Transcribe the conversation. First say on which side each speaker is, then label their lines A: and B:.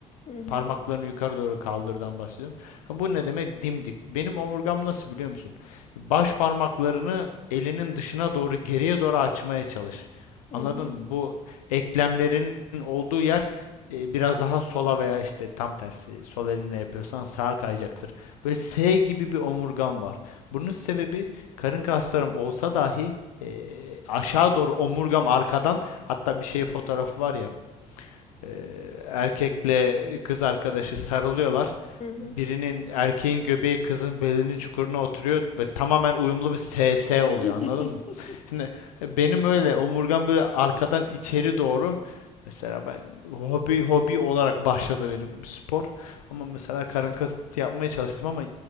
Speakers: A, on the left; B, on the left.
A: Hı hı,
B: parmaklarını yukarı doğru kaldırdan bahsediyorum. Ha, bu ne demek? Dimdik. Benim omurgam nasıl biliyor musun? Baş parmaklarını elinin dışına doğru geriye doğru açmaya çalış.
A: hı
B: Anladın
A: hı,
B: mı? Bu eklemlerinin olduğu yer e, biraz daha sola veya işte tam tersi sol eline yapıyorsan sağa kayacaktır. Böyle S gibi bir omurgam var. Bunun sebebi karın kaslarım olsa dahi e, aşağı doğru omurgam arkadan hatta bir şey fotoğrafı var ya e, erkekle kız arkadaşı sarılıyorlar.
A: hı hı.
B: Birinin erkeğin göbeği kızın belinin çukuruna oturuyor ve tamamen uyumlu bir SS
A: <laughs>
B: oluyor anladın mı? Şimdi e, benim öyle omurgam böyle arkadan içeri doğru mesela ben hobi hobi olarak başladı benim spor ama mesela karın kası yapmaya çalıştım ama